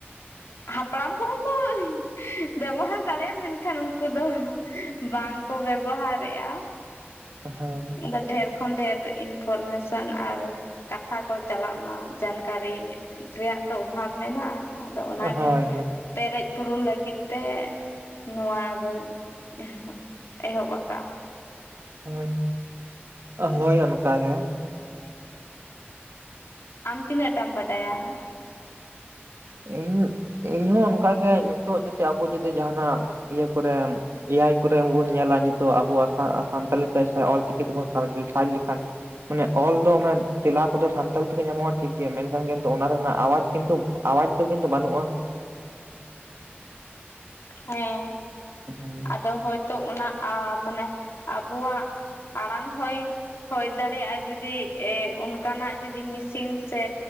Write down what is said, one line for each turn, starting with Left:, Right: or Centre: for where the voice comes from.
Left: ᱦᱟᱯᱲᱟᱢ ᱠᱚᱦᱚᱸ ᱠᱚ ᱵᱮᱵᱚᱦᱟᱨ ᱫᱟᱲᱮᱭᱟᱜᱼᱟ ᱢᱮᱱᱠᱷᱟᱱ ᱩᱱᱠᱩ ᱫᱚ ᱵᱟᱝ ᱠᱚ ᱵᱮᱵᱚᱦᱟᱨᱮᱜᱼᱟ
Right: ᱦᱚᱭ
Left: ᱚᱝᱠᱟ ᱰᱷᱮᱨ ᱠᱷᱚᱱ ᱰᱷᱮᱨ ᱤᱱᱯᱷᱚᱨᱢᱮᱥᱮᱱ ᱟᱨ ᱠᱟᱛᱷᱟ ᱠᱚ ᱪᱟᱞᱟᱜ ᱢᱟ ᱡᱟᱱᱠᱟᱨᱤ ᱨᱮᱭᱟᱜ ᱛᱚ ᱚᱵᱷᱟᱵ ᱢᱮᱱᱟᱜᱼᱟ ᱟᱫᱚ ᱚᱱᱟᱜᱮ
Right: ᱦᱳᱭ
Left: ᱯᱮᱨᱮᱡ, ᱯᱩᱨᱚᱱ ᱞᱟᱹᱜᱤᱫ ᱛᱮ ᱱᱚᱣᱟ ᱫᱚᱭ ᱮᱦᱚᱵ ᱮᱦᱚᱵ ᱟᱠᱟᱜ-ᱟ᱾
Right: ᱦᱳᱭ ᱦᱳᱭ ᱚᱱᱠᱟ ᱜᱮ᱾
Left: ᱟᱢ ᱛᱤᱱᱟᱹᱜ ᱴᱟᱢ ᱵᱟᱰᱟᱭᱟ,
Right: ᱤᱧ ᱤᱧ ᱦᱚ ᱚᱱᱠᱟᱜᱮ ᱱᱤᱛᱚᱜ ᱡᱩᱫᱤ ᱟᱵᱚ ᱡᱩᱫᱤ ᱡᱟᱦᱱᱟᱜ ᱤᱭᱟᱹ ᱠᱚᱨᱮᱢ ᱮᱭᱟᱭ ᱠᱚᱨᱮ ᱟᱵᱚᱱ ᱵᱚᱱ ᱧᱮᱧᱟ ᱱᱤᱛᱚᱜ ᱟᱵᱚᱣᱟᱜ ᱥᱟᱱᱛᱟᱞᱤ ᱛᱮ ᱚᱞᱪᱤᱠᱤ ᱛᱮᱵᱚᱱ ᱥᱟᱡ ᱞᱮᱠᱷᱟᱱ ᱢᱟᱱᱮ ᱚᱞ ᱫᱚ ᱢᱟᱱᱮ ᱛᱮᱞᱟ ᱠᱚᱫᱚ ᱥᱟᱱᱛᱟᱞᱤ ᱛᱮᱜᱮ ᱧᱟᱢᱚᱜ-ᱟ᱾ ᱴᱷᱤᱠ ᱜᱮᱭᱟ ᱢᱮᱱᱠᱷᱟᱱ ᱠᱤᱱᱛᱩ ᱚᱱᱟ ᱨᱮᱱᱟᱜ ᱟᱣᱟᱡ ᱠᱤᱱᱛᱩ ᱟᱣᱟᱡ ᱫᱚ ᱠᱤᱱᱛᱩ ᱵᱟᱹᱱᱩᱜ-ᱟ᱾
Left: ᱦᱮᱸ
Right: ᱦᱮᱸ
Left: ᱟᱫᱚ ᱦᱚᱭᱛᱚ ᱚᱱᱟ ᱟ ᱢᱟᱱᱮ ᱟᱵᱚᱣᱟᱜ ᱟᱲᱟᱝ ᱦᱚᱭ ᱦᱚᱭ ᱫᱟᱲᱮ ᱫᱟᱸᱲᱮᱭᱟᱜ-ᱟ, ᱡᱩᱫᱤ ᱮ ᱚᱱᱠᱟᱱᱟᱜ ᱡᱩᱫᱤ ᱢᱤᱥᱤᱱ ᱥᱮ